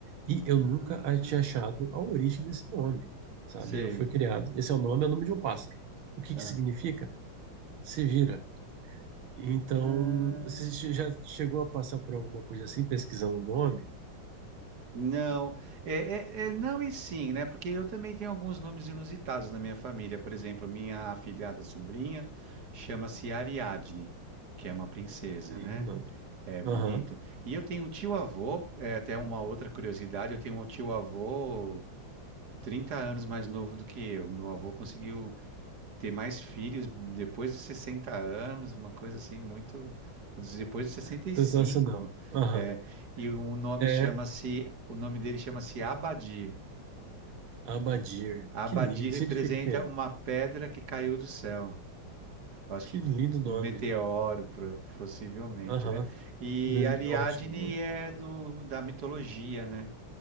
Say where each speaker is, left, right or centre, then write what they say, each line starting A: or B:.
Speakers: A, on the right; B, on the right.
A: e eu
B: Ah,
A: nunca a- tinha achado a origem desse nome, sabe?
B: sei,
A: Eu fui criado. Esse é o nome, é o nome de um pássaro. O que
B: tá.
A: que significa? Se vira. Então,
B: Ah,
A: você che- já chegou a passar por alguma coisa assim, pesquisando o nome?
B: não, é, é- é não e sim, né? Porque eu também tenho alguns nomes inusitados na minha família. Por exemplo, minha afilhada sobrinha chama-se Ariadne, que é uma princesa,
A: Além
B: né?
A: do nome.
B: É bonito.
A: Aham.
B: E eu tenho um tio-avô, é até uma outra curiosidade, eu tenho um tio-avô 30 anos mais novo do que eu. Meu avô conseguiu ter mais filhos depois dos 60 anos, uma coisa assim muito... Depois dos 65.
A: Sensacional. Aham.
B: É, e o nome
A: É
B: chama-se... O nome dele chama-se Abadir.
A: Abadir.
B: Abadir
A: Que lindo.
B: representa
A: Significa o quê?
B: uma pedra que caiu do céu. Acho
A: Que
B: que
A: lindo nome.
B: meteoro, pro- possivelmente,
A: Aham.
B: né? E
A: Li-
B: Ariadne
A: Ótimo nome.
B: é do, da mitologia, né?